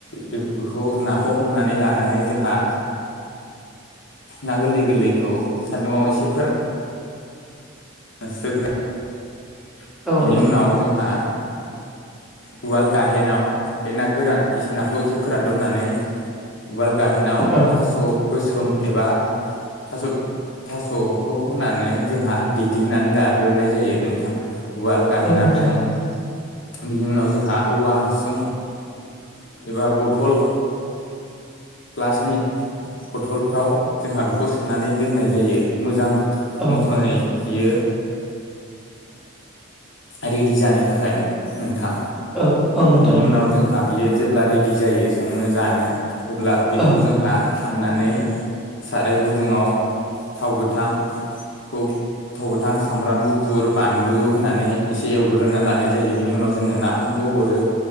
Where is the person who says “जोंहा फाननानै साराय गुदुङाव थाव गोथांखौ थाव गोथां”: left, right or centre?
Left